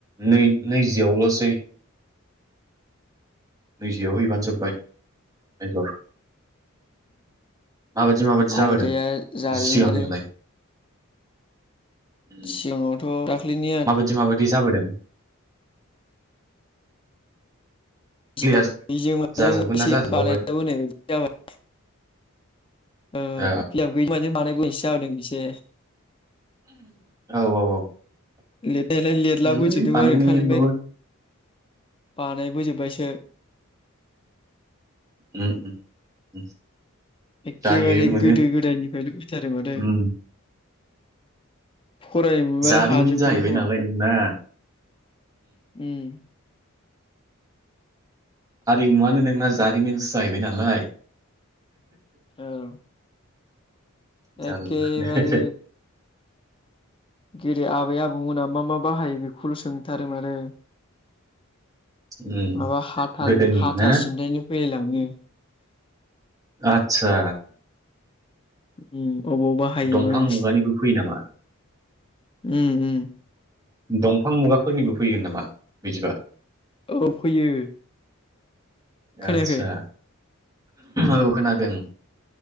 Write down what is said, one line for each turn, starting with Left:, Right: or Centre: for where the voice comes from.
Right: नै नैजियावल'सै नैजियाव हैबानो जोब्बाय मेजर। माबायदि माबायदि जाबोदों
Left: आयदाया जारिमिनारि
Right: सिगांनियालाय? उम,
Left: सिगाङावथ' दाख्लैनिया
Right: माबायदि माबायदि जाबोदों?
Left: <unintelligible>
Right: क्लियार
Left: एसे
Right: जाजोबगोन ना जाजोबा
Left: बानायलाबोनाय बायदि जाबाय। ओ
Right: औ
Left: बियाब गैयि <unintelligible> जादों एसे।
Right: औ औ औ
Left: लिरनायालाय लिरलाबोजोबदोंमोन
Right: मोनोलै बानायनोबाबो
Left: आरो खालि ओमफाय बानायबोजोब्बायसो।
Right: उम उम उम।
Left: एखेबारे
Right: जायो मोनो
Left: गोदो गोदायनिफ्रायनो फैथारो माथो।
Right: उम
Left: फरायोमोनबालाय
Right: जारिमिन
Left: हाजोबगौमोन
Right: जाहैबाय
Left: खोमा
Right: नालाय
Left: एसे।
Right: नोंना
Left: उम
Right: आरिमुवानो नोंना
Left: उम
Right: जारिमिनसो जाहैबाय नालाय।
Left: औ एखेबारे
Right: जारला
Left: गोरो आबै आबौमोना मा मा बाहायो बेखौल' सोंथारो माथो।
Right: उम
Left: माबा हाथान
Right: गोदोनि
Left: हाथा
Right: ना
Left: सिनथायनो फैलायलाङो।
Right: आतसा
Left: उम अबाव बाहायोमोन
Right: दंफां मुगानिबो फैयो नामा
Left: उम उम।
Right: दंफां मुगाफोरनिबो फैगोन नामा बिदिबा?
Left: औ फैयो। खोनायाखै
Right: आतसा औ खोनादों।